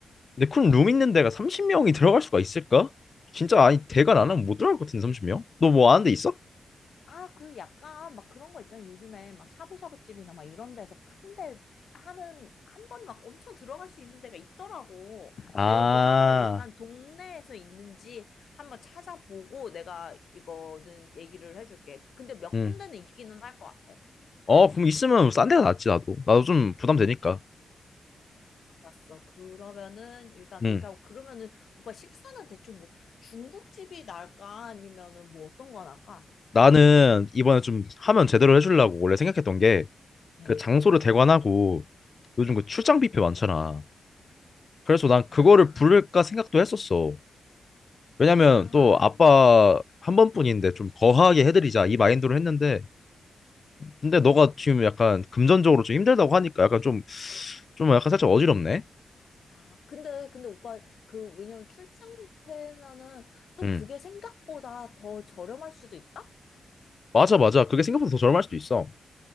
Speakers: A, on the left; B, on the left.
A: 근데 큰 룸 있는 데가 30명이 들어갈 수가 있을까? 진짜 아니 대관 안 하면 못 들어갈 것 같은데 30명? 너 뭐 아는 데 있어?
B: 아, 그 약간 막 그런 거 있잖아요. 요즘에 막 샤브샤브 집이나 막 이런 데서 큰데 하는 한 번 막 엄청 들어갈 수 있는 데가 있더라고.
A: 아,
B: 내가 그거 한번 일단 동네에서 있는지 한번 찾아보고 내가 이거는 얘기를 해줄게. 근데 몇
A: 응.
B: 군데는 있기는 할 것 같아.
A: 어, 그럼 있으면 뭐 싼 데가 낫지, 나도. 나도 좀 부담되니까.
B: 알았어. 그러면은 일단
A: 응.
B: 그렇게 하고 그러면은 오빠 식사는 대충 뭐 중국집이 나을까 아니면은 뭐 어떤 거 나을까?
A: 나는 이번에 좀 하면 제대로 해주려고 원래 생각했던 게,
B: 응.
A: 그 장소를 대관하고, 요즘 그 출장 뷔페 많잖아. 그래서 난
B: 아,
A: 그거를 부를까 생각도 했었어. 왜냐면
B: 아.
A: 또 아빠 한 번뿐인데 좀 거하게 해드리자 이 마인드로 했는데, 근데 너가 지금 약간 금전적으로 좀 힘들다고 하니까 약간 좀, 좀 약간 살짝 어지럽네.
B: 아, 근데, 근데 오빠, 그, 왜냐면 출장 뷔페면은 또
A: 응.
B: 그게 생각보다 더 저렴할 수도 있다?
A: 맞아, 맞아. 그게 생각보다 더 저렴할
B: 어.
A: 수도 있어.